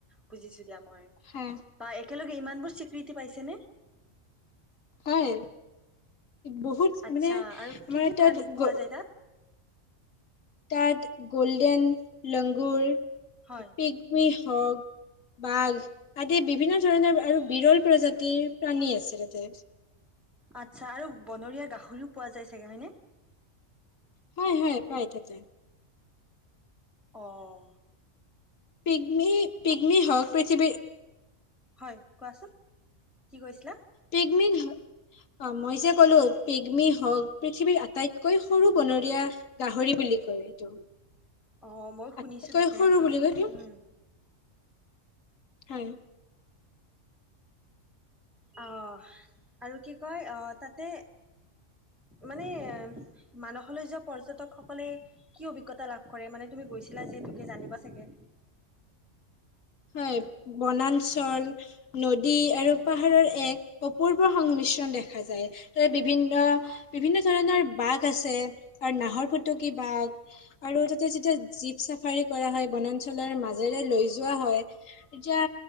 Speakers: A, in the centre; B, on the left.
A: বুজিছো। এতিয়া মই
B: হা
A: বা একেলগে ইমানবোৰ স্বীকৃতি পাইছেনে?
B: হয় বহুত
A: আচ্ছা
B: মানে
A: আৰু কি
B: আমাৰ
A: কি প্ৰাণী
B: তাত
A: পোৱা যায়
B: তাত গ'ল্ডেন লংগুৰ। পিকৱী
A: হয়
B: হওঁক, বাঘ আদি বিভিন্ন ধৰণৰ আৰু, বিৰল প্ৰজাতিৰ প্ৰাণী আছে তাতে।
A: আতচ্ছা আৰু বনৰীয়া গাহৰিও পোৱা যায় চাগে হয়নে
B: হয় হয় পাই তাতে
A: অহ
B: পিগমি পিগমি হওঁক পৃথিৱী
A: হয় কোৱাচোন কি কৈছিলা
B: পিগমি অ মই যে কলো পিগমি হক পৃথিৱীৰ আটাইতকৈ সৰু বনৰীয়া গাহৰি বুলি কয় এইটো।
A: অ মই শুনিছো
B: আটাইতকৈ
A: পিছে
B: সৰু বুলি
A: কিন্তু
B: কয় এইটো
A: উম
B: হয়
A: আহ আৰু কি কয় আহ তাতে মানে মানসলৈ যোৱা পৰ্যাটকসকলে কি অভিজ্ঞতা লাভ কৰে মানে তুমি গৈছিলা যিহেতুকে জানিবা চাগে।
B: হয় বনাঞ্চল নদী আৰু পাহাৰৰ এক অপূৰ্ব সংমিশ্ৰণ দেখা যায় তাতে বিভিন্ন বিভিন্ন ধৰণৰ বাঘ আছে আৰু নাহৰ ফুটুকী বাঘ আৰু তাতে যেতিয়া জীপ চাফাৰী কৰা হয় বনাঞ্চলৰ মাজেৰে লৈ যোৱা হয়। এতিয়া